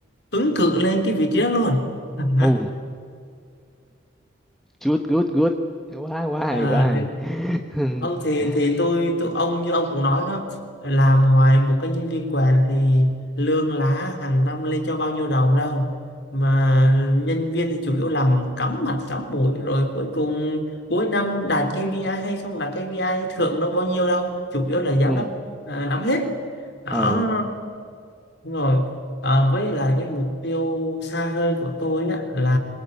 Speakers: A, on the left; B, in the centre.
A: ứng cử lên cái vị trí đó luôn <laughs>
B: Ồ, oh, good, good, good. Quá, quá
A: à,
B: hay, quá hay. <laughs>
A: không thì thì tôi tôi ông như ông cũng nói đó làm hoài một cái nhân viên quèn thì lương lá hàng năm lên cho bao nhiêu đồng đâu mà nhân viên thì chủ yếu làm cắm mặt cắm mũi rồi cuối cùng cuối năm đạt KPI hay không đạt KPI thưởng đâu bao nhiêu đâu chủ yếu là giám
B: Ừ,
A: đốc à, nắm hết đó
B: ờ,
A: đúng rồi à, với lại cái mục tiêu xa hơn của tôi á là